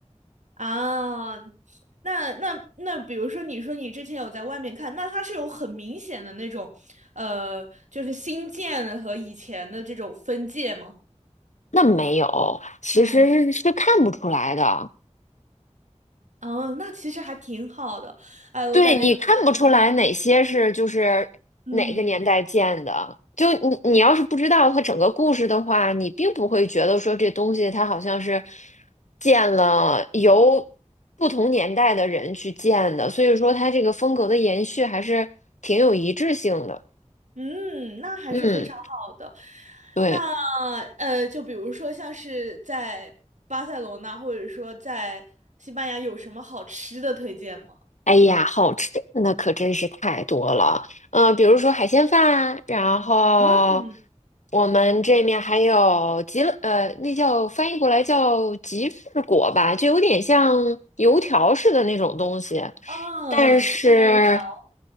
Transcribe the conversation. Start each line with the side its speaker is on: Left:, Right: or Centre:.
Right: 啊，那那那，比如说，你说你之前有在外面看，那它是有很明显的那种，呃，就是新建的和以前的这种分界吗？
Left: 那没有，其实是看不出来的。
Right: 那没有，嗯，那其实还挺好的。哎，我感觉有机会的话，
Left: 对，你看不出来哪些是就是哪个年代建的。
Right: 嗯
Left: 就你你要是不知道它整个故事的话，你并不会觉得说这东西它好像是建了由不同年代的人去建的，所以说它这个风格的延续还是挺有一致性的。
Right: 嗯，那还是非常好的。
Left: 嗯，对。
Right: 那呃，就比如说像是在巴塞罗那，或者说在西班牙，有什么好吃的推荐吗？
Left: 哎呀，好吃的那可真是太多了。嗯、比如说海鲜饭，然后
Right: 嗯，
Left: 我们这面还有吉乐，呃，那叫翻译过来叫吉士果吧，就有点像油条似的那种东西。
Right: 嗯嗯，
Left: 但是，
Right: 西班牙油条。